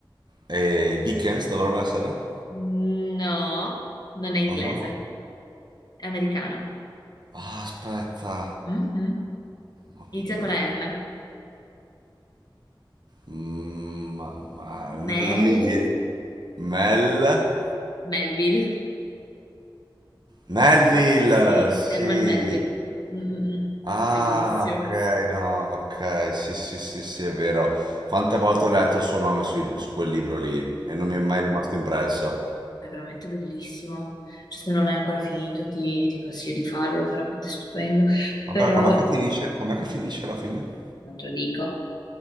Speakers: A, on the right; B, on the left.
A: E Dickens dovrebbe essere?
B: No, non è inglese,
A: O no?
B: è americano.
A: Ah, aspetta.
B: Mhm.
A: Moby
B: Inizia
A: Dick.
B: con la M.
A: Mm, ma, ma non
B: Mel,
A: mi viene. Mel?
B: Melville.
A: Melville,
B: Er- sì,
A: sì.
B: Herman Melville. Mm, mm, mm.
A: Ah,
B: Bellissimo.
A: ok, no, ok, sì, sì, sì, sì, è vero. Quante volte ho letto il suo nome sui- su, quel libro lì e non mi è mai rimasto impresso.
B: È veramente bellissimo. Cioè, se non l'hai ancora finito, ti, ti consiglio di farlo, è veramente stupendo.
A: Vabbè,
B: Però,
A: com'è che finisce? Com'è che finisce alla fine?
B: non te lo dico,